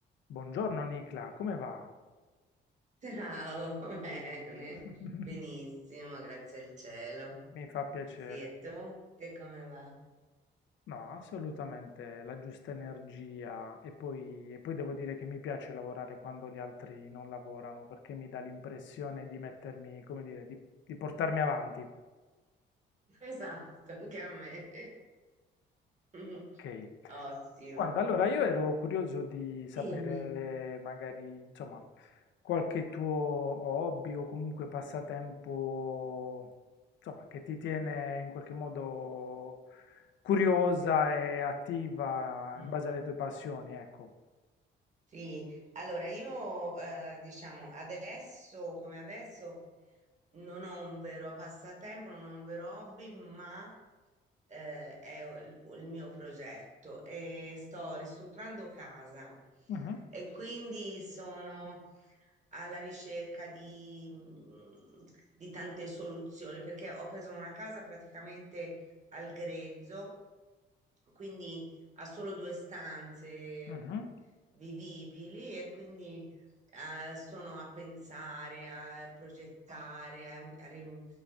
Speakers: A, on the left; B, on the right.
A: Buongiorno Nicla, come va?
B: Ciao, <laughs> bene,
A: <laughs>
B: benissimo, grazie al cielo.
A: Mi fa piacere.
B: Sì, e tu? Te come va?
A: No, assolutamente la giusta energia e poi, e poi devo dire che mi piace lavorare quando gli altri non lavorano perché mi dà l'impressione di mettermi, come dire, di, di portarmi avanti.
B: <laughs> Esatto, anche a me. <laughs>
A: Ok,
B: Ottimo.
A: Guarda, allora io ero curioso di sapere
B: Dimmi.
A: magari, insomma, qualche tuo hobby o comunque passatempo, insomma, che ti tiene in qualche modo curiosa e attiva
B: Mm.
A: in base alle tue passioni, ecco.
B: Sì, allora io eh, diciamo adesso come adesso non ho un vero passatempo, non ho un vero hobby, ma eh, è il, il mio progetto e sto ristrutturando casa
A: Mhm,
B: e quindi sono alla ricerca di, mm, di tante soluzioni perché ho preso una casa praticamente al grezzo, quindi ha solo due stanze
A: mhm,
B: mm, vivibili e quindi eh, sono a pensare, a progettare, a, a rim-